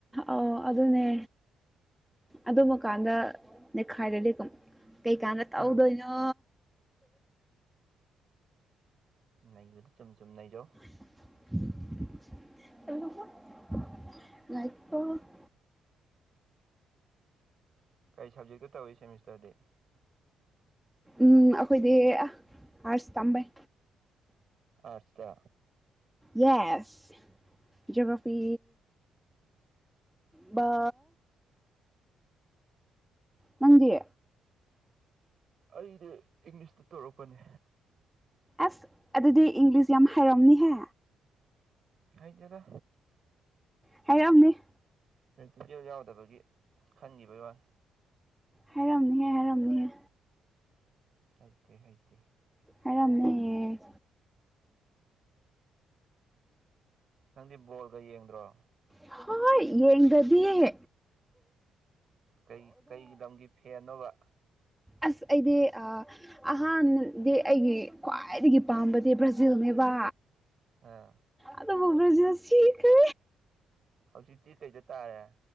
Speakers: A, in the centre; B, on the right.
A: ꯑꯣ ꯑꯗꯨꯅꯦ꯫ ꯑꯗꯨꯃꯀꯥꯟꯗ ꯅꯦꯈꯥꯏꯔꯗꯤ ꯀꯝ ꯀꯩꯀꯥꯟꯗ
B: ꯎꯝ
A: ꯇꯧꯗꯣꯏꯅꯣ꯫
B: ꯅꯩꯕꯗꯨ ꯆꯨꯝ ꯆꯨꯝ ꯅꯩꯖꯧ꯫
A: <unintelligible> <unintelligible> ꯂꯥꯏꯛꯇꯣ꯫ <inaudible>
B: ꯀꯔꯤ ꯁꯕꯖꯦꯛꯇ ꯇꯧꯏ ꯁꯦꯃꯤꯁꯇꯔꯗꯤ꯫
A: ꯎꯝ ꯑꯩꯈꯣꯏꯗꯤ ꯑꯥꯔꯁ ꯇꯝꯕꯩ꯫
B: ꯑꯥꯔꯠꯁꯇ꯫
A: Yes geography. ꯕꯥ꯫ ꯅꯪꯗꯤ꯫
B: ꯑꯩꯗꯤ ꯏꯪꯂꯤꯁꯇ ꯇꯧꯔꯛꯄꯅꯦ꯫
A: ꯑꯁ ꯑꯗꯨꯗꯤ ꯏꯪꯂꯤꯁ ꯌꯥꯝ ꯍꯩꯔꯝꯅꯤꯍꯦ꯫
B: ꯍꯩꯇꯦꯗ꯫
A: ꯍꯥꯏꯔꯝꯅꯤ꯫
B: ꯄ꯭ꯔꯦꯛꯇꯤꯀꯦꯜ ꯌꯥꯎꯗꯕꯒꯤ ꯈꯟꯈꯤꯕꯩ ꯋꯥꯅꯤ꯫
A: ꯍꯥꯏꯔꯝꯅꯤꯍꯦ ꯍꯥꯏꯔꯝꯅꯤꯍꯦ꯫
B: ꯍꯩꯇꯦ ꯍꯩꯇꯦ꯫
A: ꯍꯥꯏꯔꯝꯃꯦꯌꯦ
B: ꯅꯪꯗꯤ ꯕꯣꯜꯒ ꯌꯦꯡꯗ꯭ꯔꯣ
A: ꯍ ꯌꯦꯒꯗꯤꯦ
B: ꯀꯩ ꯀꯩ ꯂꯝꯒꯤ ꯐꯦꯟꯅꯣꯕ
A: ꯑꯁ ꯑꯩꯗꯤ ꯑꯍꯥꯟꯕꯗꯤ ꯑꯩꯒꯤ ꯈ꯭ꯋꯥꯏꯗꯒꯤ ꯄꯥꯝꯕꯗꯤ ꯕ꯭ꯔꯥꯖꯤꯜꯅꯦꯕ
B: ꯑ
A: ꯑꯗ ꯕꯕꯔꯣꯖꯁ ꯊ
B: ꯍꯧꯖꯤꯛꯇꯤ ꯀꯩꯗ ꯇꯥꯔꯦ